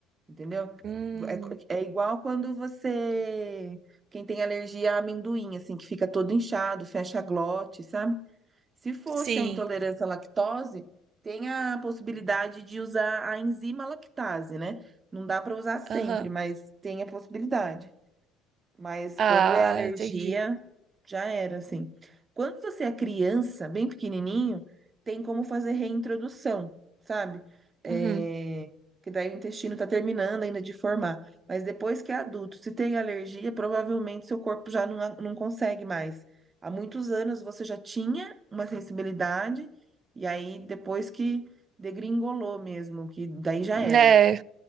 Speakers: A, on the right (about 30°); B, on the right (about 45°).
A: entendeu?
B: Hum,
A: É, co- é igual quando você... Quem tem alergia a amendoim, assim, que fica todo inchado, fecha a glote, sabe? Se fosse
B: sim.
A: a intolerância à lactose, tem a possibilidade de usar a enzima lactase, né? Não dá para usar sempre,
B: Aham.
A: mas tem a possibilidade. Mas
B: Ah,
A: quando é alergia,
B: entendi.
A: já era, assim. Quando você é criança, bem pequenininho, tem como fazer reintrodução, sabe? É,
B: Uhum.
A: Que daí o intestino tá terminando ainda de formar. Mas depois que é adulto, se tem alergia, provavelmente seu corpo já não, a- não consegue mais. Há muitos anos você já tinha uma sensibilidade, e aí depois que degringolou mesmo, que daí já era.
B: É,